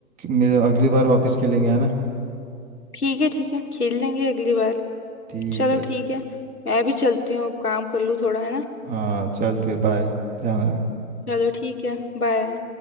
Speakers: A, on the right; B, on the left.
A: मे- अगली बार वापस खेलेंगे है ना
B: ठीक है ठीक है खेल लेंगे अगली बार
A: ठीक
B: चलो
A: है
B: ठीक है मैं भी चलती हूँ अब काम कर लूँ थोड़ा है ना
A: हाँ चल फिर बाय ध्यान रख
B: चलो ठीक है बाय